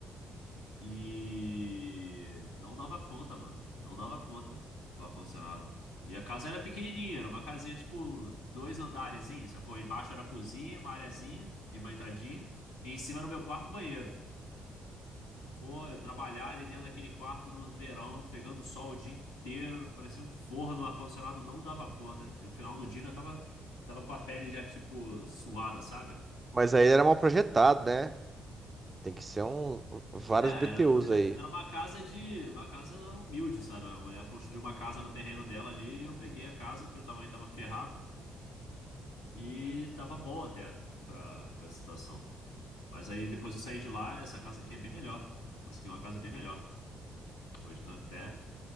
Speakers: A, on the left (about 85°); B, on the right (about 25°).
A: E não dava conta, mano. Não dava conta o ar-condicionado. E a casa era pequenininha, era uma casinha tipo dois andarezinhos, sacou? Embaixo era a cozinha, uma areazinha e uma entradinha. E em cima era o meu quarto banheiro. Pô, eu trabalhar ali dentro daquele quarto no verão, pegando sol o dia inteiro, parecia um forno, o ar-condicionado não dava conta. No final do dia eu tava, tava com a pele já tipo suada, sabe?
B: Mas aí era mal projetado, né? Tem que ser um um, vários
A: É, era,
B: BTUs
A: proje...
B: aí.
A: era uma casa de. Uma casa humilde, sabe? A mulher construiu uma casa no terreno dela ali, e eu peguei a casa, porque eu também tava ferrado, e tava bom até pra, pra situação. Mas aí depois eu saí de lá, essa casa aqui é bem melhor. Consegui uma casa bem melhor. Hoje tá até.